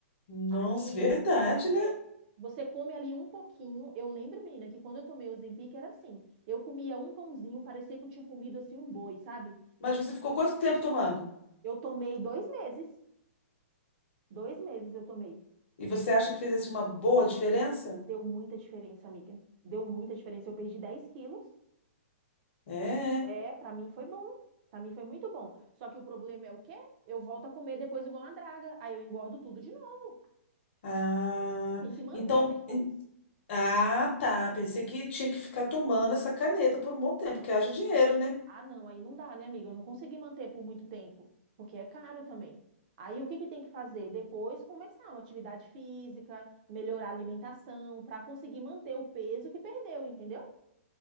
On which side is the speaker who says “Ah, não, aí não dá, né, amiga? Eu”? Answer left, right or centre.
Right